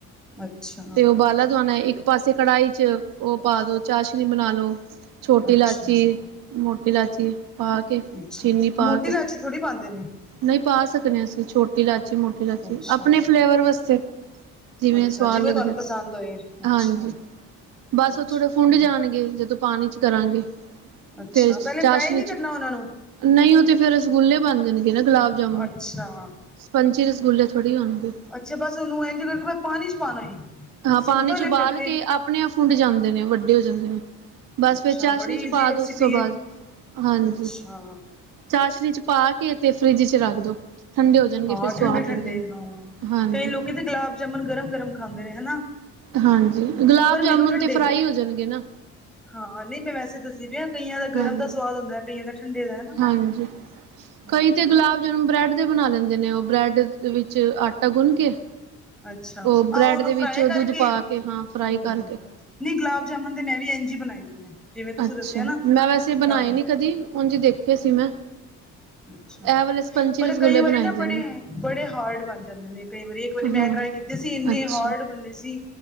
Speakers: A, in the centre; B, on the right.
A: ਅੱਛਾ
B: ਤੇ ਉਬਾਲਾ ਦਆਾਨਣਾ ਇੱਕ ਪਾਸੇ ਕੜਾਹੀ ਚ ਉਹ ਪਾ ਦੋ ਚਾਹ ਸ਼ਨੀ ਬਣਾ ਲੋ ਛੋਟੀ
A: ਅੱਛਾ
B: ਇਲਾਚੀ ਮੋਟੀ ਇਲਾਚੀ ਪਾ ਕੇ
A: ਅੱਛਾ।
B: ਚੀਨੀ ਪਾ
A: ਮੋਟੀ
B: ਕੇ
A: ਲਾਚੀ ਥੋੜ੍ਹੀ ਪਾਂਦੇ ਨੇ।
B: ਨਹੀਂ ਪਾ ਸਕਦੇ ਅਸੀਂ ਛੋਟੀ ਇਲਾਚੀ ਮੋਟੀ ਇਲਾਚੀ
A: ਅੱਛਾ।
B: ਆਪਣੇ ਫਲੇਵਰ ਵਾਸਤੇ ਜਿਵੇਂ
A: ਅੱਛਾ
B: ਸਵਾਦ ਲੱਗਦਾ
A: ਤੁਹਾਨੂੰ ਪਸੰਦ ਹੋਏ। ਅੱਛਾ,
B: ਹਾਂਜੀ ਬਸ
A: ਅੱਛਾ।
B: ਉਹ ਥੋੜੇ ਫੁੰਡ ਜਾਣਗੇ ਜਦੋਂ ਪਾਣੀ ਚ ਕਰਾਂਗੇ
A: ਅੱਛਾ
B: ਫੇਿਰ
A: ਪਹਿਲੇ
B: ਚਾਸ਼ਨੀ
A: ਫਰਾਈ ਨੀ
B: ਚ
A: ਕਰਨਾ ਉਹਨਾਂ ਨੂੰ?
B: ਨਹੀਂ ਉਹ ਤੇ ਫੇਿਰ ਰਸਗੁੱਲੇ ਬਣ ਜਾਣਗੇ ਨਾ ਗੁਲਾਬ ਜਾਮੁਨ
A: ਅੱਛਾ।
B: ਸਪੰਚੀ ਰਸਗੁੱਲੇ ਪੜ੍ਹੀ ਹੋਣਗੇ
A: ਅੱਛਾ ਬਸ ਉਹਨੂੰ ਇੰਝ ਕਰਕੇ ਪਾਣੀ ਚ ਪਾਉਣਾ ਏ
B: ਹਾਂ ਪਾਣੀ
A: ਸਿੰਪਲ
B: ਚ ਉਬਾਲ
A: ਏ ਫਿਰ ਤੇ
B: ਕੇ ਆਪਣੇ ਆਪ ਫੁੰਡ ਜਾਂਦੇ ਨੇ ਵੱਡੇ ਹੋ ਜਾਂਦੇ ਨੇ ਬਸ
A: ਅੱਛਾ
B: ਫਿਰ ਚਾਸ਼ਨੀ
A: ਬੜੀ
B: ਚ
A: ਈਜ਼ੀ
B: ਪਾ
A: ਰੈਸਿਪੀ
B: ਦ ਉਸ ਤੋਂ ਬਾਅਦ
A: ਏ।
B: ਹਾਂਜੀ
A: ਅੱਛਾ।
B: ਚਾਸ਼ਨੀ ਚ ਪਾ ਕੇ ਤੇ ਫਰਿੱਜ ਚ ਰੱਖ ਦੋ ਠੰਡੇ ਹੋ ਜਾਣਗੇ
A: ਹਾਂ
B: ਫਿਰ ਸਵਾਦ
A: ਠੰਡੇ ਠੰਡੇ
B: ਲੱਗਦੇ ਨੇ।
A: ਹਾਂ
B: ਹਾਂਜੀ
A: ਕਈ ਲੋਕ ਤੇ ਗੁਲਾਬ ਜਾਮਣ ਗਰਮ ਗਰਮ ਖਾਂਦੇ ਨੇ ਹਨਾ
B: ਹਾਂਜੀ ਗੁਲਾਬ
A: ਪਰ
B: ਜਾਮੁਨ
A: ਮੈਨੂੰ ਠੰਡੇ
B: ਤੇ ਫਰਾਈ ਹੋ ਜਾਣਗੇ ਨਾ
A: ਹਾਂ ਨਹੀਂ ਮੈਂ ਵੈਸੇ ਦੱਸਦੀ ਪਈ ਹੈ ਕਈਆਂ ਦਾ
B: ਹਾਂਜੀ।
A: ਗਰਮ ਦਾ ਸਵਾਦ ਹੁੰਦਾ ਕਈਆਂ ਦਾ ਠੰਡੇ ਦਾ ਹਨਾ।
B: ਹਾਂਜੀ ਕਈ
A: ਹਾਂ।
B: ਤੇ ਗੁਲਾਬ ਜਨ ਬ੍ਰੈਡ ਦੇ ਬਣਾ ਲੈਂਦੇ ਨੇ ਉਹ ਬ੍ਰੈਡ ਵਿੱਚ ਆਟਾ ਗੁੰਨ ਕੇ
A: ਅੱਛਾ
B: ਉਹ ਬ੍ਰੈਡ
A: ਆਹੋ ਉਹਨੂੰ
B: ਦੇ ਵਿੱਚ
A: ਫਰਾਈ ਕਰਕੇ
B: ਦੁੱਧ ਪਾ ਕੇ ਹਾਂ ਫਰਾਈ
A: ਹੂੰ
B: ਕਰਕੇ
A: ਨਹੀਂ ਗੁਲਾਬ ਜਾਮੁਨ ਤੇ ਮੈਂ ਵੀ ਇੰਝ ਹੀ ਬਣਾਏ ਦੇ ਨੇ ਜਿਵੇਂ ਤੁਸੀਂ
B: ਅੱਛਾ
A: ਦੱਸਿਆ ਨਾ
B: ਮੈਂ ਵੈਸੇ ਬਣਾਏ
A: ਹਾਂ
B: ਨੀ ਕਦੀ ਹੁਣ ਜੇ ਦੇਖਿਆ ਸੀ ਮੈਂ
A: ਅੱਛਾ
B: ਇਹ ਵਾਲੇ ਸਪੰਚੀ
A: ਪਰ
B: ਰਸਗੁੱਲੇ
A: ਕਈ ਵਾਰੀ
B: ਬਣਾਏ
A: ਨਾ ਬੜੇ
B: ਦੇ ਨੇ
A: ਬੜੇ ਹਾਰਡ ਬਣ ਜਾਂਦੇ ਨੇ ਕਈ ਵਾਰੀ ਇੱਕ ਵਾਰੀ
B: ਹਾਂ
A: ਮੈਂ ਟਰਾਈ ਕੀਤਾ ਤੇਸੀਂ ਇੰਨੇ
B: ਅੱਛਾ
A: ਹਾਰਡ ਬੰਨੇ ਸੀ